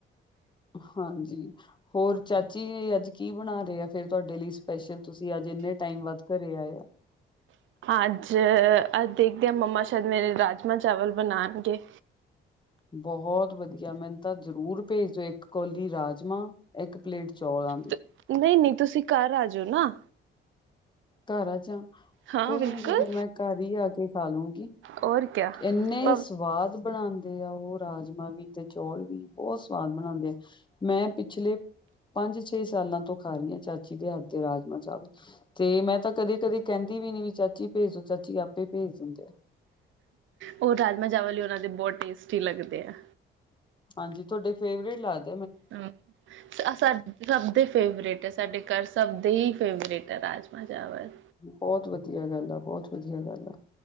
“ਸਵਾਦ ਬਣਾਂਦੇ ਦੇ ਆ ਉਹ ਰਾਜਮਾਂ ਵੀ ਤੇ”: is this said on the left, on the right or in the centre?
Left